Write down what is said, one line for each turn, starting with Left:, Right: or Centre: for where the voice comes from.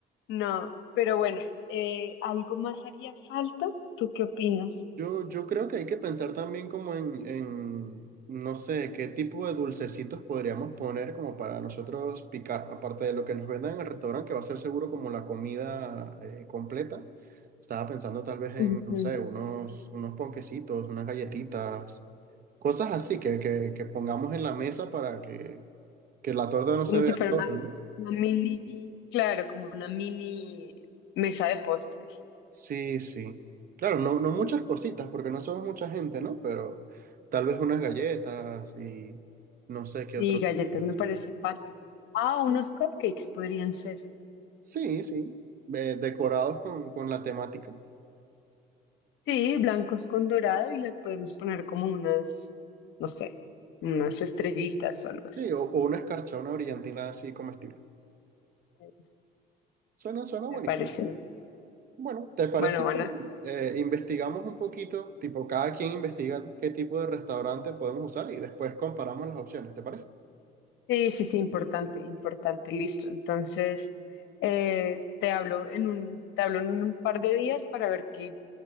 Left: No, pero bueno, eh, ¿algo más haría falta? ¿Tú qué opinas?
Right: Yo, yo creo que hay que pensar también como en, en, no sé, qué tipo de dulcecitos podríamos poner como para nosotros picar, aparte de lo que nos vendan en el restaurante, que va a ser seguro como la comida eh, completa. Estaba pensando tal vez en,
Left: Ujú.
Right: no sé, unos, unos ponquecitos, unas galletitas, cosas así que, que, que pongamos en la mesa para que, que la torta no se
Left: Como
Right: vea
Left: si fuera
Right: sola,
Left: una,
Right: ¿no?
Left: una mini, claro, como una mini mesa de postres.
Right: Sí, sí. Claro, no, no muchas cositas, porque no somos mucha gente, ¿no? Pero tal vez unas galletas y no sé qué
Left: Y
Right: otro.
Left: galletas
Right: tipo de
Left: me
Right: cosas.
Left: parece fácil. Ah, unos cupcakes podrían ser.
Right: Sí, sí. eh, decorados con, con la temática.
Left: Sí, blancos con dorado y le podemos poner como unas, no sé, unas estrellitas o algo así.
Right: Sí, o, o una escarcha, una brillantina así comestible.
Left: Eso,
Right: Suena, suena
Left: Me
Right: buenísimo.
Left: parece. me-
Right: Bueno, ¿te parece
Left: Bueno,
Right: si
Left: van a-
Right: eh, investigamos un poquito? Tipo, cada quien investiga qué tipo de restaurante podemos usar y después comparamos las opciones, ¿te parece?
Left: Sí, sí, sí, importante, importante, listo. Entonces, eh, te hablo en un, te hablo en un par de días para ver qué,